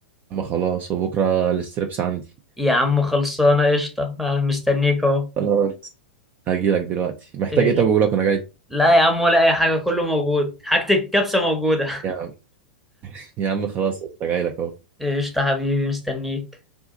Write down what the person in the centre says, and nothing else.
يا عم خلصانه قشطه آه، مستنيك اهو
إيه.
لا يا عم ولا اي حاجه كله موجود حاجه الكبسه موجوده
قشطة حبيبي مستنيك